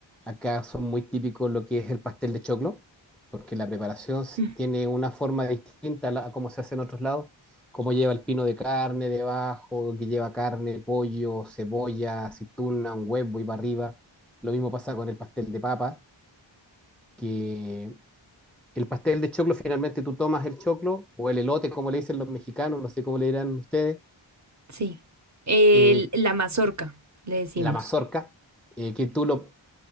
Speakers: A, in the centre; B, on the right.
A: acá son muy típicos lo que es el pastel de choclo, porque la preparación s-
B: Mm,
A: tiene una forma distinta a, la- a cómo se hace en otros lados, como lleva el pino de carne debajo, que lleva carne, pollo, cebolla, aceituna, un huevo y para arriba. Lo mismo pasa con el pastel de papa, que el pastel de choclo finalmente tú tomas el choclo o el elote, como le dicen los mexicanos, no sé cómo le dirán ustedes,
B: Sí. El-
A: eh,
B: la mazorca, le decimos.
A: la mazorca eh, que tú lo